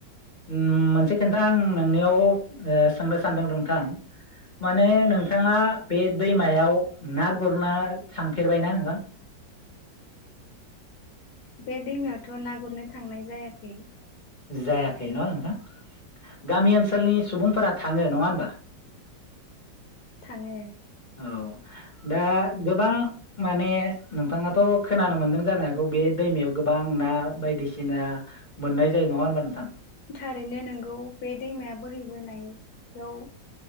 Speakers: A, on the left (about 35°); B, on the left (about 65°).
A: उम मोनसे खोन्था आं नोंनियाव ओ सोंनो सानदों नोंथां माने नोंथाङा बे दैमायाव ना गुरना थांफेरबायना नोंथां?
B: बे दैमायावथ' ना गुरनो थांनाय जायाखै।
A: जायाखै ना नोंथां गामि ओनसोलनि सुबुंफोरा थाङो नङा होनबा?
B: थाङो।
A: औ दा गोबां माने नोंथाङाथ' खोनानो मोनदों जानो हागौ बे दैमायाव गोबां ना बायदिसिना मोननाय जायो नङा होनबा नोंथां?
B: थारैनो नोंगौ बे दैमाया बोहैबोनाययाव